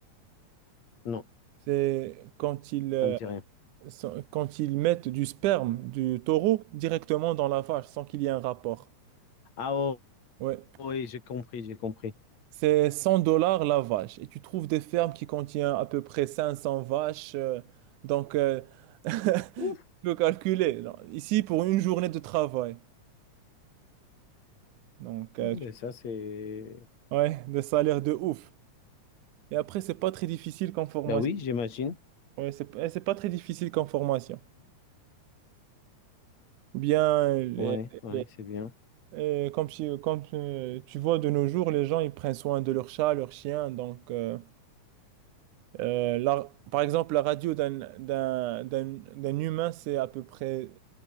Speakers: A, on the left; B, on the right.
A: Non,
B: c'est quand ils euh,
A: ça me dit rien.
B: sont- quand ils mettent du sperme du taureau directement dans la vache sans qu'il y ait un rapport.
A: Ah oh,
B: Ouais.
A: oui, j'ai compris, j'ai compris.
B: C'est 100 dollars la vache. Et tu trouves des fermes qui contiennent à peu près 500 vaches. euh, donc, euh, <laughs> tu
A: Ouf,
B: peux calculer. non. Ici, pour une journée de travail. Donc, euh,
A: ben
B: tu-
A: ça c'est...
B: ouais, des salaires de ouf. Et après, c'est pas très difficile comme formation.
A: Ben oui, j'imagine.
B: Ouais, c'est pas c'est pas très difficile comme formation. Ou bien, les,
A: Ouais, ouais,
B: les-
A: c'est bien.
B: euh, comme, tu, comme, euh, tu vois, de nos jours, les gens, ils prennent soin de leurs chats, leurs chiens. Donc, euh, Euh, la- par exemple, la radio d'un d'un- d'un- d'un humain, c'est à peu près